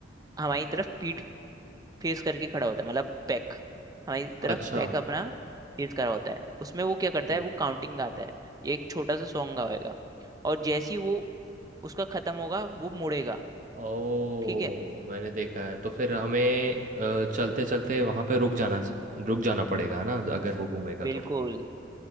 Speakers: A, on the right; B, on the right.
A: हमारी तरफ पीठ फेस करके खड़ा होता है मतलब बैक हमारी तरफ
B: अच्छा
A: बैक
B: हम्म
A: अपना फेस करा होता है उसमें वो क्या करता
B: हम्म,
A: है वो काउंटिंग गाता है ये एक छोटा सा सॉन्ग गाएगा और जैसे ही वो उसका खत्म होगा वो मुड़ेगा
B: ओ
A: ठीक है
B: मैंने देखा है तो फिर हमें चलते चलते वहां पे रुक जाना रुक जाना पड़ेगा है ना अगर वो घूमेगा
A: बिल्कुल
B: तो